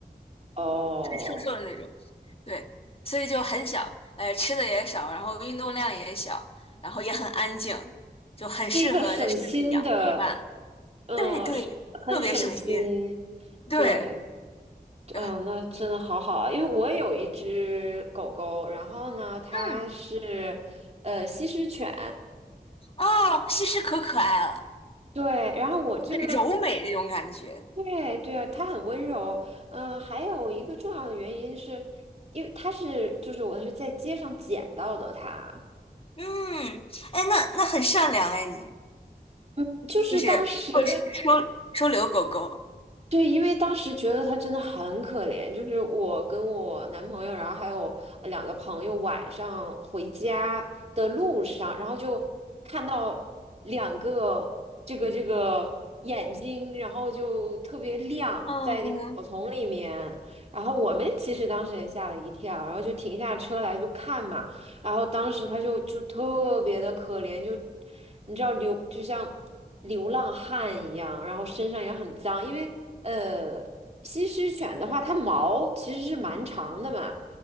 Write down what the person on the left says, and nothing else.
瘦瘦的那种，对，所以就很小，呃，吃的也少，然后运动量也小，然后也很安静，就很适合在室内养陪伴。
对对，
特别省心。对，
呃
嗯，哦，西施可可爱了，
很柔美那种感觉。
嗯，哎，那那很善良哎，你
就是会收收留狗狗。
嗯